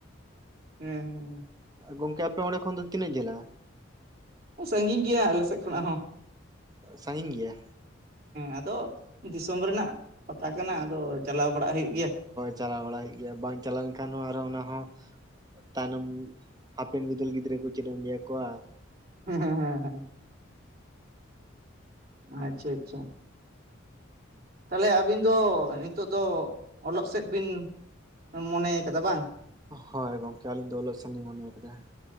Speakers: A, on the right; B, on the right.
A: ᱦᱮᱸ ᱦᱮᱸ
B: ᱜᱚᱝᱠᱮ ᱟᱯᱮ ᱚᱸᱰᱮ ᱠᱷᱚᱱ ᱫᱚ ᱛᱤᱱᱟᱹᱜ ᱡᱷᱟᱹᱞᱟ?
A: ᱥᱟᱺᱜᱤᱧ ᱜᱮᱭᱟ ᱟᱞᱮ ᱥᱮᱫ ᱠᱷᱚᱱᱟᱜ ᱦᱚᱸ᱾
B: ᱥᱟᱺᱜᱤᱧ ᱜᱮᱭᱟ
A: ᱟᱫᱚ ᱫᱤᱥᱚᱢ ᱨᱮᱱᱟᱜ ᱯᱟᱛᱟ ᱠᱟᱱᱟ ᱟᱫᱚ ᱪᱟᱞᱟᱣ ᱵᱟᱲᱟᱜ ᱦᱩᱭᱩᱜ ᱜᱮᱭᱟ᱾
B: ᱪᱟᱞᱟᱣ ᱵᱟᱲᱟᱭ ᱜᱮᱭᱟ ᱵᱟᱝ ᱪᱟᱞᱟᱣ ᱞᱮᱱ ᱠᱷᱟᱱ ᱟᱨ ᱦᱚᱸ ᱚᱱᱟ ᱦᱚᱸ ᱛᱟᱭᱱᱚᱢ ᱦᱟᱯᱮᱱ ᱵᱤᱫᱟᱹᱞ ᱜᱤᱫᱽᱨᱟᱹ ᱠᱩ ᱪᱮᱫ ᱤᱧ ᱞᱟᱹᱭ ᱟᱠᱚᱣᱟ᱾
A: ᱦᱮᱸ ᱦᱮᱸ ᱦᱮᱸ ᱟᱪᱪᱷᱟ ᱟᱪᱪᱷᱟ ᱛᱟᱦᱚᱞᱮ ᱟᱹᱵᱤᱱ ᱫᱚ ᱱᱤᱛᱚᱜ ᱫᱚ ᱚᱞᱚᱜ ᱥᱮᱫ ᱵᱤᱱ ᱢᱚᱱᱮᱭ ᱠᱟᱫᱟ ᱵᱟᱝ᱾
B: ᱦᱳᱭ ᱜᱚᱝᱠᱮ ᱟᱹᱞᱤᱧ ᱫᱚ ᱚᱞᱚᱜ ᱥᱮᱱ ᱞᱞᱤᱧ ᱢᱚᱱᱮ ᱟᱠᱟᱫᱟ